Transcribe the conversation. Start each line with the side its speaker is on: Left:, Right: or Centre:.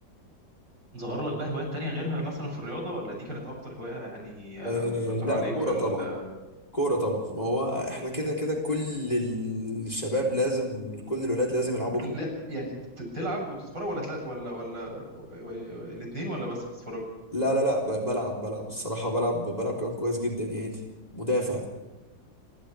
Right: ظهر لك بقى هوايات تانية غيرها مثلا في الرياضة ولا دي كانت أكتر هواية يعني آه،
Left: آه
Right: مسيطرة
Left: لا
Right: عليك
Left: كورة
Right: في ال...
Left: طبعا كورة طبعا ما هو احنا كده كده كل الشباب لازم كل الولاد لازم يلعبوا كورة
Right: لا يعني ت- تلعب وتتفرج ولا تلا... ولا ولا و- و- الاتنين ولا بس بتتفرج
Left: لا لا لا ب- بلعب بلعب الصراحة بلعب بلعب كمان كويس جدا يعني مدافع